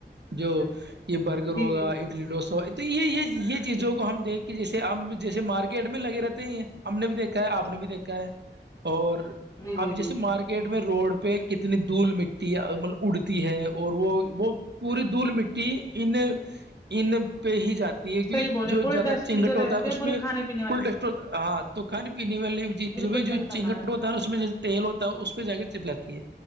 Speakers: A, on the right; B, on the left.
A: جو یہ برگر
B: جی
A: ہوگا
B: جی جی
A: اڈلی ڈوسا ہو تو یہ یہ یہ چیزوں کو ہم دیکھ کے جیسے ہم جیسے مارکیٹ میں لگے رہتے ہیں ہم نے بھی دیکھا ہے آپ نے بھی دیکھا ہے اور
B: جی
A: اب
B: جی
A: جیسے
B: جی
A: مارکی گیٹ میں روڈ پہ کتنی دھول مٹی ہے مطلب اڑتی ہے اور وہ وہ پوری دھول مٹی انن ان پہ ہی جاتی ہے کیکہ
B: صحیح بولے
A: جو
B: پورے
A: زیادہ
B: ڈسٹ
A: چیننگٹ
B: جو
A: ہوتا
B: رہتے
A: ہے
B: ہیں
A: اس
B: پورے
A: میں
B: کھانے پینے والی
A: فل ڈسٹ ہوتا ہاں تو کھانے پینے والی چیز
B: بالکل
A: بھی جو
B: صحیح فرمایا
A: چگٹ ہوتا ہے نا اس میں تیل ہوتا ہے اس پہ جا کے چپلاتی ہے